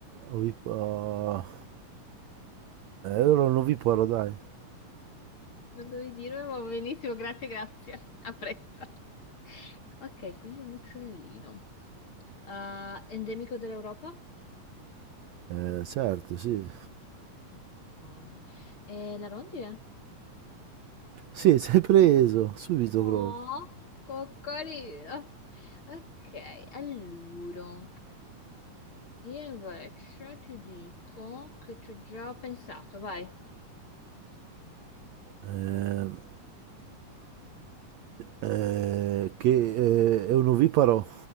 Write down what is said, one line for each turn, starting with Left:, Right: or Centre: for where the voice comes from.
Right: Oviparo... Eh, allora un oviparo, dai.
Left: Non dovevi dirlo, ma va benissimo, grazie, grazie. Apprezzo. Ok, quindi un uccellino. Ah, endemico dell'Europa?
Right: Eh, certo, sì.
Left: Ok. E la rondine?
Right: Sì, <laughs> sei preso, subito
Left: Oh,
Right: proprio.
Left: coccolino. Ok, allora. Io invece ti dico che ci ho già pensato, vai.
Right: Ehm, eh, che eh, è un oviparo.